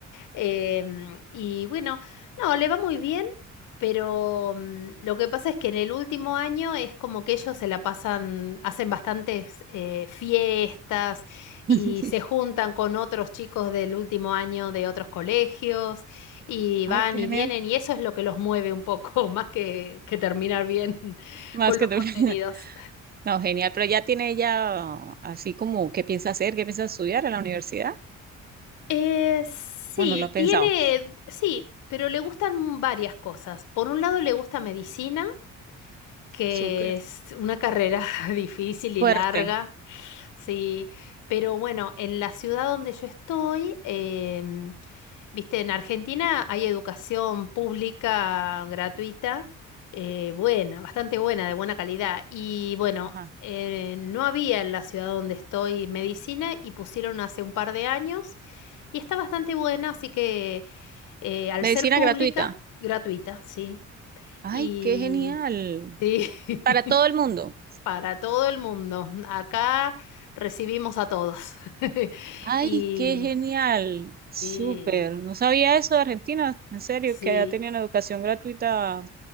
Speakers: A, on the left; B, on the right.
A: Em, y bueno, no, le va muy bien, pero mm, lo que pasa es que en el último año es como que ellos se la pasan, hacen bastantes eh, fiestas y
B: <laughs>
A: se juntan con otros chicos del último año de otros colegios y
B: Ay,
A: van
B: qué
A: y
B: genial.
A: vienen y eso es lo que los mueve un poco, <laughs> más que, que terminar bien <laughs>
B: Más
A: con los
B: que tú.
A: contenidos.
B: <laughs> No, genial, pero ya tiene ella así como qué piensa hacer, qué piensa estudiar en la universidad.
A: Eh, sí,
B: Bueno, lo ha pensado.
A: tiene, sí, pero le gustan varias cosas. Por un lado le gusta medicina. que
B: Súper
A: es una carrera <laughs> difícil y
B: fuerte.
A: larga, sí, pero bueno, en la ciudad donde yo estoy, em, viste, en Argentina hay educación pública gratuita, eh, buena, bastante buena, de buena calidad, y bueno,
B: Ajá.
A: eh, no había en la ciudad donde estoy medicina y pusieron hace un par de años y está bastante buena, así que eh, al
B: Medicina
A: ser pública,
B: gratuita.
A: gratuita, sí,
B: Ay,
A: y...
B: qué genial.
A: Sí. <laughs>
B: Para todo el mundo.
A: Para todo el mundo. Acá recibimos a todos. <laughs>
B: Ay,
A: Y,
B: qué genial. Súper.
A: y
B: No sabía eso de Argentina, en serio,
A: sí,
B: que ya tenían educación gratuita